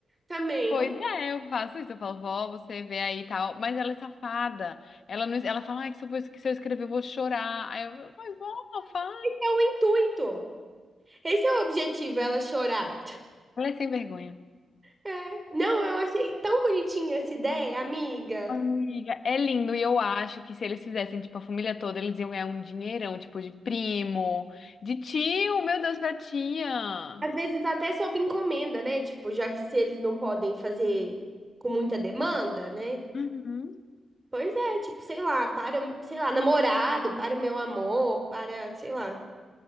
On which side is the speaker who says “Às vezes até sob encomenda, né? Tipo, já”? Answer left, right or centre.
Right